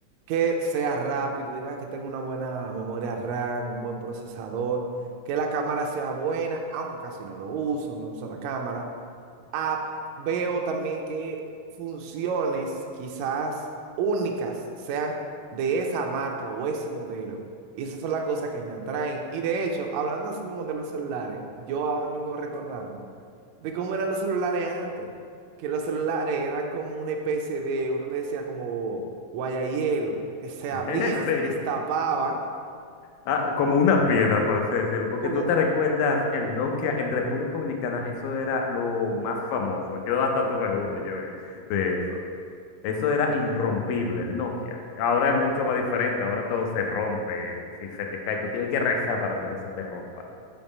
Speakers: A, on the right; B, on the left.
A: que sea rápido, diga que tenga una buena memoria RAM, un buen procesador, que la cámara sea buena, aunque casi no lo uso, no uso la cámara, Ah, veo también que funciones quizás únicas sean de esa marca o ese modelo. Y esas son las cosas que me atraen. Y de hecho, hablando así mismo de los celulares, yo ahora mismo recordando de cómo eran los celulares antes. Que los celulares eran como una especie de, uno le decía como guayahielo, que se abrían,
B: <laughs> Sí.
A: se destapaban,
B: Ah, como una piedra, por así decirlo, porque
A: como,
B: tú te recuerdas el Nokia en República Dominicana, eso era lo más famoso. Yo hasta tuve uno yo, eh, de eso. Eso era irrompible, el Nokia. Ahora es mucho más diferente, ahora todo se rompe, si se te cae, tú tienes que rezar para que no se te rompa.